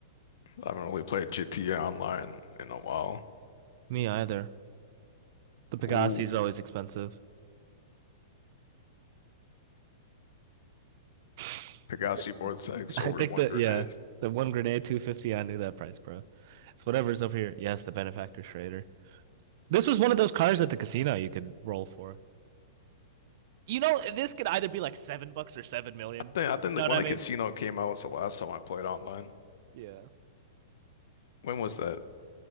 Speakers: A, on the left (about 65°); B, on the right (about 45°).
A: I haven't really played GTA Online in a while.
B: Me either. The Pegasi
A: Ooh,
B: is always expensive. <laughs>
A: Pegasus Vortex
B: I
A: over
B: think
A: one
B: that,
A: grenade.
B: yeah, the one grenade, 250, I knew that price, bro. It's whatever's over here. Yes, the benefactor trader. This was one of those cars at the casino you could roll for. You know, this could either be like seven bucks or seven million.
A: I think I think
B: You know
A: like
B: what
A: when
B: I
A: the
B: mean?
A: casino came out was the last time I played online.
B: Yeah. A
A: When was that?